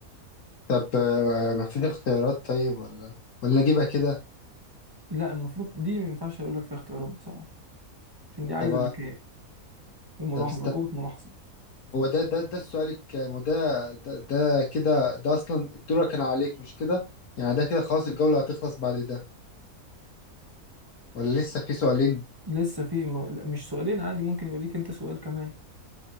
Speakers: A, on the left; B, on the right.
A: طب آه، مفيش اختيارات طيب ولا ولا اجيبها كده
B: لا المفروض دي ما ينفعش اقول لك فيها اختيارات بصراحه عشان دي عايزه
A: طب آه،
B: ذكاء وملاحظه
A: طب استنى
B: قوه ملاحظه
A: هو ده ده ده السؤال الكام وده ده, ده كده ده اصلا الدور كان عليك مش كده يعني ده كده خلاص الجولة هتخلص بعد ده ولا لسه في سؤالين
B: لسه في م... لا، مش سؤالين عادي ممكن يبقى ليك انت سؤال كمان